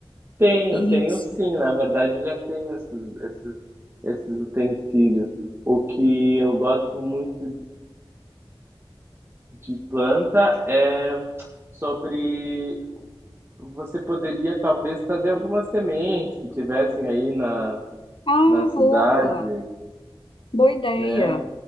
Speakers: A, on the right; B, on the left.
A: Tenho,
B: isso.
A: tenho sim. Na verdade, eu já tenho esses, esses, esses utensílios. O que eu gosto muito De planta é sobre você poderia talvez trazer algumas sementes que tivessem aí na,
B: Ah,
A: na cidade,
B: boa, boa ideia.
A: né?